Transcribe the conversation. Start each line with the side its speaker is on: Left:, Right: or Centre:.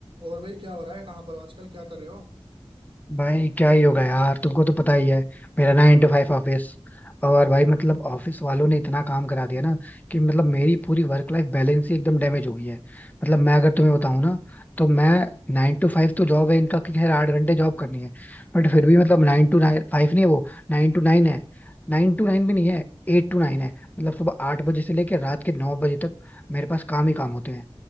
Right: और भाई क्या हो रहा है कहाँ पर हो आजकल क्या कर रहे हो
Left: भाई क्या ही होगा यार तुमको तो पता ही है मेरा नाइन to फाइव ऑफिस और भाई मतलब ऑफिस वालों ने इतना काम करा दिया ना कि मतलब मेरी पूरी वर्क लाइफ बैलेंस ही एकदम डैमेज हो गई है मतलब मैं अगर तुम्हें बताऊं ना तो मैं नाइन to फाइव तो जॉब है इनका कि खैर आठ घंटे जॉब करनी है बट फिर भी मतलब नाइन टू नाइन फाइव नहीं है वो नाइन टू नाइन है नाइन टू नाइन भी नहीं है एट टू नाइन है मतलब सुबह आठ बजे से लेकर रात के नौ बजे तक मेरे पास काम ही काम होते हैं